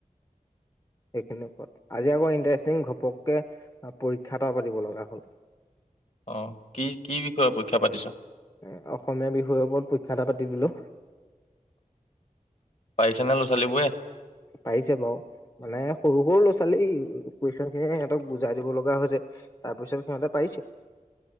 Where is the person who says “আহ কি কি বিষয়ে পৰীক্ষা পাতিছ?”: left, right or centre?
Left